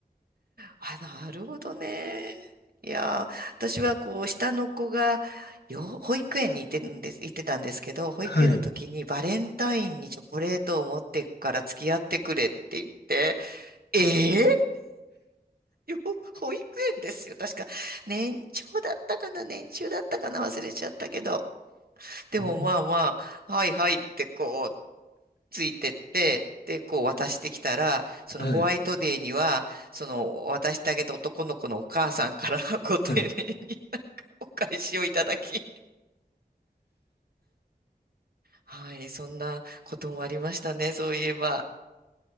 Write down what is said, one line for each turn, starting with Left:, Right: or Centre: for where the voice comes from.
Right: あ、なるほどね。いやー、私はこう、下の子が、よ、保育園に行ってんです、行ってたんですけど、保育園の時にバレンタインにチョコレートを持っていくから付き合ってくれって言って、
Left: はい。
Right: ええよ、保育園ですよ。確か、年長だったかな、年中だったかな、忘れちゃったけど。でもまあまあ、
Left: うん、
Right: はいはいってこう、ついてって、で、こう渡してきたら、そのホワイトデーには、
Left: はい。
Right: その渡してあげた男の子のお母さんから <laughs> ご丁寧に
Left: はい。
Right: お返しをいただき、はい、そんなこともありましたね、そういえば。